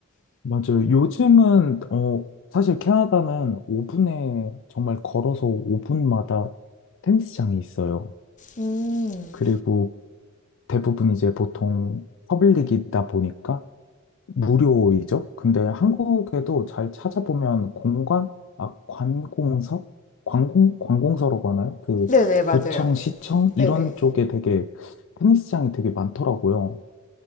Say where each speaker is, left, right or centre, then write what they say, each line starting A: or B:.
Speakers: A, on the left (about 60°); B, on the left (about 35°).
A: 맞아요. 요즘은 어 사실 캐나다는 5분에 정말 걸어서 5분마다 테니스장이 있어요.
B: 음,
A: 그리고 대부분 이제 보통 퍼블릭이다 보니까 무료이죠? 근데 한국에도 잘 찾아보면 공관, 아, 관공서? 관공, 관공서라고 하나요? 그,
B: 네네, 맞아요.
A: 도청, 시청? 이런
B: 네네.
A: 쪽에 되게 테니스장이 되게 많더라고요.